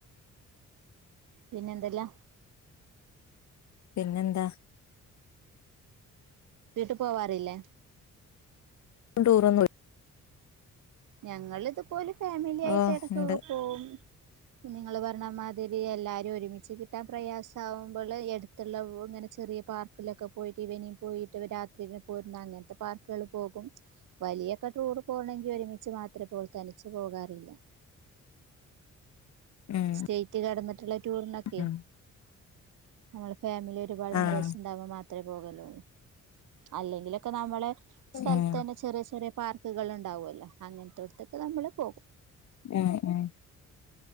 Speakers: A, on the right; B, on the left.
A: പിന്നെ എന്തല്ലാ
B: പിന്നെന്താ
A: വീട്ടു പോവാറില്ലേ
B: ടൂറൊന്നു
A: ഞങ്ങിതുപോലെ ഫാമിലി ആയിട്ട്
B: ഓ
A: എടക്കക്കെ
B: ഉണ്ട്
A: പോവും കുഞ്ഞുങ്ങള് പറഞ്ഞ മാതിരി എല്ലാരും ഒരുമിച്ച് കിട്ടാൻ പ്രയാസാകുമ്പള് എടുത്തുള്ള വ് ഇങ്ങനെ ചെറിയ പാർക്കിലൊക്കെ പോയിട്ട് ഈവനിങ്ങ് പോയിട്ട് രാത്രി പോരുന്ന അങ്ങനത്തെ പാർക്കുകൾ പോകും വലിയ ഇപ്പ ടൂറ് പോണെങ്കിൽ ഒരുമിച്ച് ച്ച് മാത്രേ പോവു തനിച്ച് പോകാറില്ല
B: ഉം
A: സ്റ്റേറ്റ് കടന്ന് റ്റുള്ള ടൂറിനൊക്കെ
B: ഉം
A: നമ്മളെ ഫാമിലി ഒരുപാട്
B: ആഹ്
A: മെമ്പേഴ്സ് ഉണ്ടാവുമ്പോ മാത്രമേ പോകലൊള്ളു അല്ലങ്കിലൊക്കെ നമ്മള് സ്ഥലത്ത്
B: ഉം
A: തന്നെ ചെറിയ ചെറിയ പാർക്കുകൾ ഉണ്ടാവുമല്ലോ അങ്ങനത്തെട്ത്തൊക്കെ നമ്മള് പോകും
B: ഉം ഉം